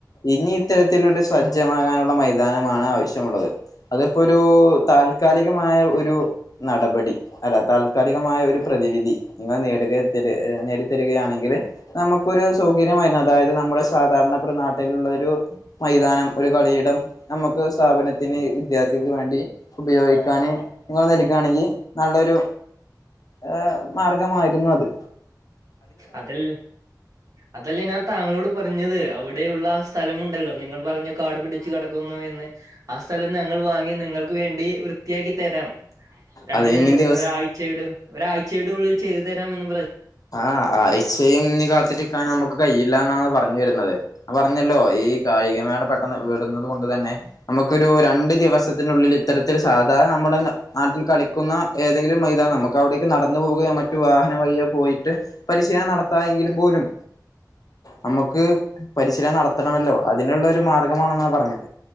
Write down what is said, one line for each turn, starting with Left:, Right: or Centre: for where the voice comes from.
Left: ഇനി ഇത്തരത്തിലൂടെ സജ്ജമാകാനുള്ള മൈതാനമാണ് ആവശ്യമുള്ളത് അതിപ്പൊ ഒരൂ താൽ ക്കാലികമായ ഒരു നടപടി അല്ല താൽക്കാലികമായ ഒരു പ്രതിവിധി നിങ്ങള് നേടുകെതരി എഹ് നേടിത്തരുകയാണെങ്കില് നമ്മക്കൊരു സൗകര്യമായ ന അതായത് നമ്മുടെ സാധാരണപ്പ്രെ നാട്ടിലുള്ള ഒരു മൈതാനം ഒരു കളിയിടം നമുക്ക് സ്ഥാപനത്തിന് വിദ്യാർത്ഥിക്ക് വേണ്ടി ഉപയോഗിക്കാന് നിങ്ങള് നൽകാണെങ്കി നല്ലൊരു ഏഹ് മാർഗമായിരുന്നത്
Right: അതിൽ അതല്ലെ ഞാൻ താങ്കളോട് പറഞ്ഞത് അവിടെയുള്ളാ സ്ഥലമുണ്ടല്ലൊ നിങ്ങൾ പറഞ്ഞ കാടു പിടിച്ചു കെടക്കുന്നു എന്ന് ആ സ്ഥലം ഞങ്ങൾ വാങ്ങി നിങ്ങൾക്ക് വേണ്ടി വൃത്തിയാക്കി തരാം രണ്ട്
Left: അതിനി ദിവസ
Right: ഒരാഴ്ച്ചേട് ഒരാഴ്ച്ചേടെ ഉള്ളിൽ ചെയ്തു തരാമെന്ന് പറഞ്ഞു
Left: ആഹ് ആഴ്ച്ചയും ഇന്നി കാത്തിരിക്കാം നമുക്ക് കഴിയില്ലാന്നാണ് പറഞ്ഞു വരുന്നത് അത് പറഞ്ഞല്ലോ ഈ കായികമേള പെട്ടെന്ന് വിടുന്നത് കൊണ്ട് തന്നെ നമുക്കൊരു രണ്ട് ദിവസ ത്തിനുള്ളില് ഇത്തരത്തില് സാധാ നമ്മുടെ ന നാട്ടിൽ കളിക്കുന്ന ഏതെങ്കിലും മൈതാനം നമ്മുക്കവിടേക്ക് നടന്ന് പോവുകയോ മ റ്റു വാഹന വഴിയോ പോയിട്ട് പരിശീലനം നടത്തായെങ്കില് പോലും നമുക്ക് പരിശീലനം നടത്തണമല്ലൊ അതിനുള്ളൊരു മാർഗമാണെന്നാ പറഞ്ഞത്